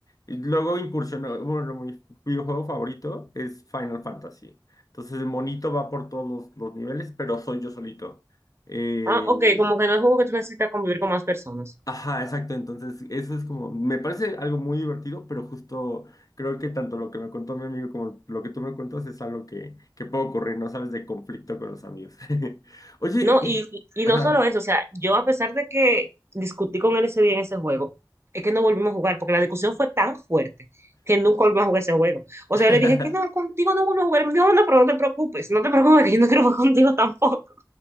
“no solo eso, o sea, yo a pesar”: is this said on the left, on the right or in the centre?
Right